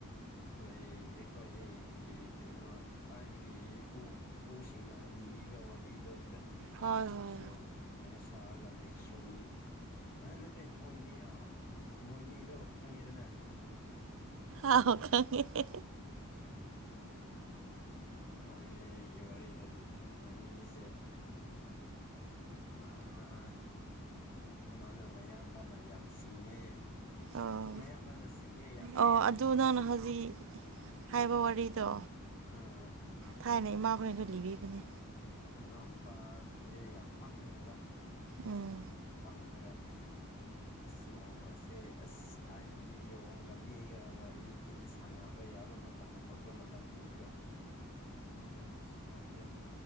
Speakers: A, on the left; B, on the right.
A: ꯑꯩꯈꯣꯏ ꯑꯩꯈꯣꯏꯒꯤ ꯀꯩꯅꯣ ꯊꯥꯏꯅꯒꯤ ꯄꯨ ꯄꯨꯄꯨꯁꯤꯡꯅ ꯂꯤꯕꯤ ꯕ ꯋꯥꯔꯤꯗꯣꯅꯤꯗ
B: ꯍꯣꯏ ꯍꯣꯏ
A: ꯌꯣꯡꯒ ꯀꯩꯅꯣ ꯁꯥꯒ ꯃꯤꯛꯁ꯭ꯔꯨꯡ ꯑ ꯅꯠꯇꯦ ꯃꯣꯏꯅꯤ ꯑꯥ ꯃꯣꯏꯅꯤꯗꯣ ꯈꯪꯉꯦꯗꯅ ꯑ
B: ꯑꯥꯎ ꯈꯪꯉꯦ
A: ꯃꯣꯏꯅꯤꯒꯤ ꯋꯥꯔꯤꯗꯅꯤꯗ ꯃꯣꯏꯅꯤꯁꯦ ꯑꯥ ꯑꯃꯅ ꯃꯌꯥꯝꯕꯅ ꯌꯥꯝ ꯁꯤꯡꯉꯦ
B: ꯑꯣ
A: ꯃꯌꯥꯝꯕꯅ ꯁꯤꯡꯉꯦ ꯌꯥꯝ ꯁꯣꯠꯂꯦ
B: ꯑꯣ ꯑꯗꯨ
A: ꯃꯅꯥꯎꯅ
B: ꯅꯪꯅ ꯍꯧꯖꯤꯛ ꯍꯥꯏꯕ ꯋꯥꯔꯤꯗꯣ
A: ꯑꯥ
B: ꯊꯥꯏꯅ ꯏꯃꯥꯈꯣꯏꯅꯖꯨ ꯂꯤꯕꯤꯕꯅꯦ
A: ꯃꯅꯥꯎꯅꯨꯄꯥꯖꯤ ꯌꯥꯝ ꯄꯪꯉꯦꯕ
B: ꯎꯝ
A: ꯄꯪꯉꯒ <inaudible> ꯑꯁ ꯅꯣꯡꯃꯁꯦ ꯑꯁ ꯊꯥꯏꯅꯗꯤ ꯌꯣꯡꯒ ꯃꯤꯒ ꯋꯥꯔꯤ ꯇꯤꯟꯁꯥꯟꯅꯕ ꯌꯥ ꯌꯥꯕ ꯃꯇꯝ ꯈꯣꯠꯄ ꯃꯇꯝꯗꯅꯦꯕ ꯑꯗꯨꯗ ꯑꯁ ꯃꯣꯏꯁꯦ